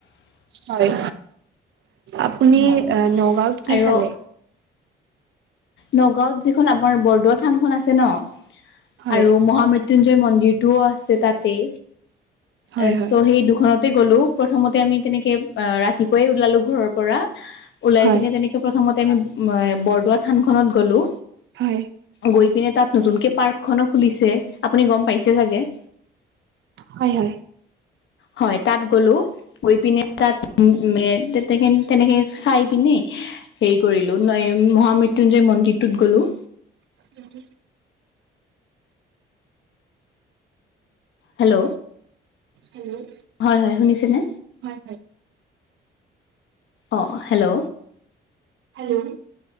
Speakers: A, on the right; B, on the left.
A: হয়। আপুনি
B: হয়
A: অ' নগাঁওত কি
B: আৰু
A: চালে?
B: নগাঁওত যিখন আমাৰ বৰদোৱা থানখন আছে ন!
A: হয়
B: আৰু মহা মৃত্যুঞ্জয় মন্দিৰটোও আছে তাতেই।
A: হয়
B: অ',
A: হয়
B: চ' সেই দুখনতে গলো। প্ৰথমতে আমি তেনেকে অ' ৰাতিপুৱাই ওলালো ঘৰৰ পৰা। ওলাই
A: হয়
B: পিনে তেনেকে প্ৰথমতে আমি বৰদোৱা থানখনত গ'লো।
A: হয়
B: গৈ পিনে তাত নতুনকে পাৰ্ক এখনো খুলিছে আপুনি গম পাইছে চাগে?
A: হয়, হয়।
B: হয় তাত গ'লো। গৈ পিনে তাত মে তেত তেকেন তেনেক চাই পিনে হেৰি কৰিলোঁ নই মহামৃত্যুঞ্জয় মন্দিৰটোত গ'লো।
A: <inaudible>
B: হেল্ল'!
A: হেল্ল'!
B: হয়, হয়, শুনিছেনে?
A: হয়, হয়।
B: অ', হেল্ল!
A: হেল্ল!